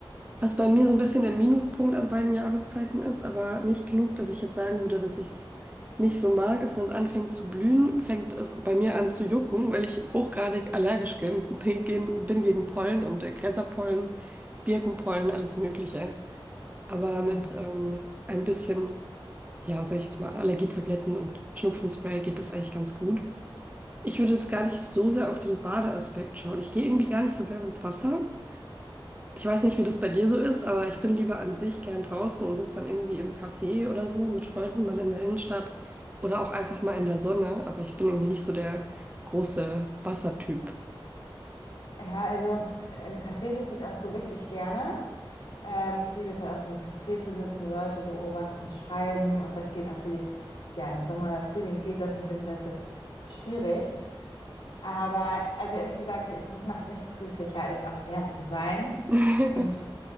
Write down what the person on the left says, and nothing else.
Hm.
Ja, also äh, im Café sitze ich auch so richtig gerne. Ähm, ich liebe es halt auch so im Café zu sitzen, Leute beobachten, schreiben. Und das geht natürlich, ja, im Sommer oder Frühling geht das, im Winter ist das schwierig. Aber also ehrlich gesagt, ich, mich macht nichts glücklicher, als am Meer zu sein.
Und